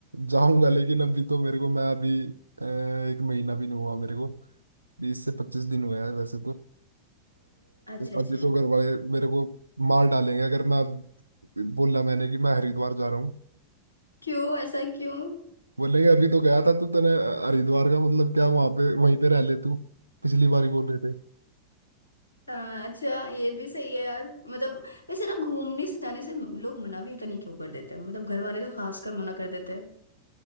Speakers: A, on the right; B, on the left.
A: जाऊंगा लेकिन अभी तो मेरे को मैं अभी अ, एक महीना भी नहीं हुआ मेरे को बीस से पच्चीस दिन हुआ है वैसे तो अ,
B: अच्छा अच्छा
A: अभी तो घर वाले मेरे को मार डालेंगे अगर मैं अब बोला मैंने कि मैं हरिद्वार जा रहा हूँ
B: क्यों ऐसा क्यों
A: बोलेंगे अभी तो गया था तू तने हरिद्वार का मतलब क्या वहां पे वहीं पे रह ले तू पिछली बार ही बोल रहे थे
B: आ, अच्छा ये भी सही है यार मतलब वैसे ना घूमने से जाने से लोग मना भी पता नहीं क्यों कर देते हैं मतलब घर वाले तो खास कर मना कर देते हैं